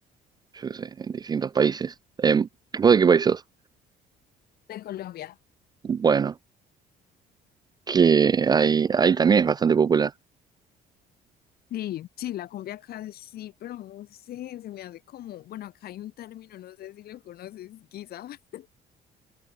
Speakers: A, on the right; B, on the left.
A: yo qué sé, en distintos países. Em, ¿vos de qué país sos?
B: De Colombia.
A: Bueno, que ahí, ahí también es bastante popular.
B: Sí, sí, la cumbia acá sí, pero no sé, se me hace como, bueno, acá hay un término, no sé si lo conoces, guisa. <laughs>